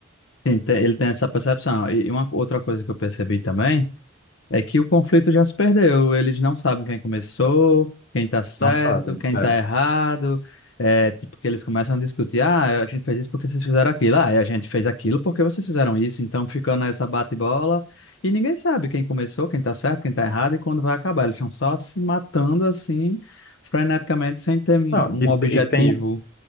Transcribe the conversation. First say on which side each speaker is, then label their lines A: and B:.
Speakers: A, on the left; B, on the left.
A: Sim, te- ele tem essa percepção. E uma outra coisa que eu percebi também é que o conflito já se perdeu. Eles não sabem quem começou, quem tá certo,
B: Nossa,
A: quem
B: é.
A: tá errado. É, tipo, que eles começam a discutir: ah, a gente fez isso porque vocês fizeram aquilo, ah, e a gente fez aquilo porque vocês fizeram isso. Então fica nessa bate-bola e ninguém sabe quem começou, quem tá certo, quem tá errado e quando vai acabar. Eles estão só se matando assim, freneticamente, sem ter um
B: Não,
A: um
B: isso,
A: objetivo.
B: isso tem,